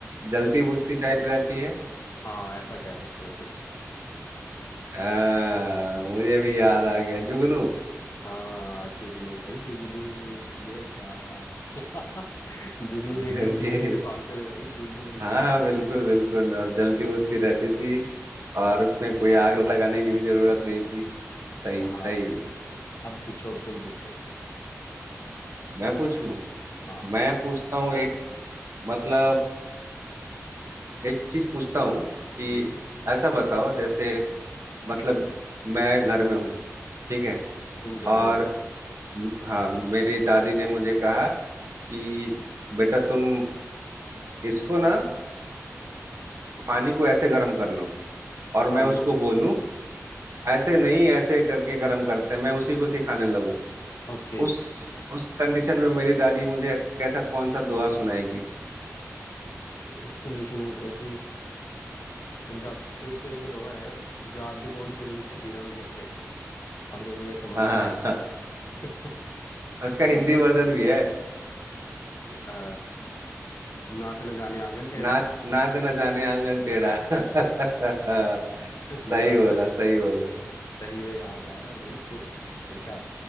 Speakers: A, on the right; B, on the left.
A: जलती बुझती टाइप रहती है
B: हाँ ऐसा कह सकते हो तुम
A: आ, मुझे भी याद आ गया जुगनू
B: हाँ जुगनू भाई जुगनू ये बात <laughs> जुगनू
A: <laughs>
B: देख के हम पीछे पीछे
A: ये
B: भागते थे भाई जुगनू बड़ी बढ़िया
A: हाँ हाँ
B: चीज
A: बिल्कुल
B: है
A: बिल्कुल और जलती बुझती रहती थी और उसमें कोई आग लगाने की भी जरूरत नहीं थी सही
B: हाँ
A: सही
B: अब पूछो अब तुम पूछो
A: मैं पूछूं
B: हाँ
A: मैं पूछता हूँ एक मतलब एक चीज पूछता हूँ कि
B: हम्म
A: ऐसा बताओ जैसे मतलब मैं घर में हूँ ठीक है
B: तुम घर
A: और
B: में हो
A: म- हाँ मेरी दादी ने मुझे कहा कि बेटा तुम इसको ना पानी को ऐसे गर्म कर लो और
B: पानी
A: मैं उसको
B: को
A: बोलूं ऐसे नहीं ऐसे करके गर्म करते हैं मैं उसी को सिखाने लगूं
B: ओके
A: उस उस कंडीशन में मेरी दादी मुझे कैसा कौन सा दोहा सुनाएगी
B: इस कंडीशन में कैसी पंजाब एक एक दोहा है जात दी कोड़ किरली छतीरा नु जप्फे अब तुम्हें ये समझ
A: हाँ
B: नहीं
A: हाँ
B: आएगी
A: हाँ।
B: <laughs>
A: उसका
B: मतलब
A: हिंदी वर्जन भी है
B: आ, नाच न जाने आंगन टेढ़ा
A: नाच नाच न जाने आंगन टेढ़ा <laughs>
B: <laughs>
A: सही
B: यार
A: बोला सही बोला
B: सही में याद है वही पू- अच्छा